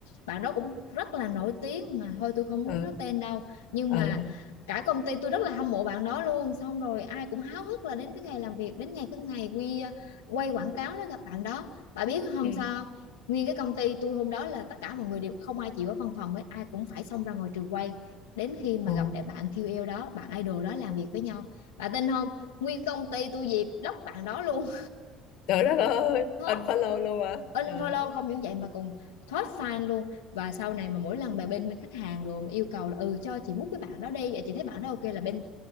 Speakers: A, on the left (about 80°); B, on the left (about 65°).
A: bạn đó cũng rất là nổi tiếng mà thôi tôi không
B: ờ
A: muốn nói tên đâu nhưng
B: ờ
A: mà
B: ờ
A: cả công ty tôi rất là hâm mộ bạn đó luôn xong rồi ai cũng háo hức là đến cái ngày làm việc đến ngày cái ngày quy ờ, quay quảng cáo đó gặp bạn đó bà biết không
B: ừ
A: sao không? nguyên cái công ty tôi hôm đó là tất cả mọi người đều không ai chịu ở văn phòng hết ai cũng phải xông ra ngoài trường quay đến khi mà
B: ờ
A: gặp lại bạn kiu eo đó bạn idol đó làm việc với nhau bà tin không nguyên công ty tôi dịp block bạn đó luôn
B: trời đất ơi
A: thoát
B: unfollow luôn hả
A: unfollow
B: trời đất
A: không những vậy mà còn thoát fan luôn và sau này mà mỗi lần mà bên khách hàng rồi mà yêu cầu là ừ cho chị mút cái bạn đó đi vậy chị thấy bạn đó ok là bên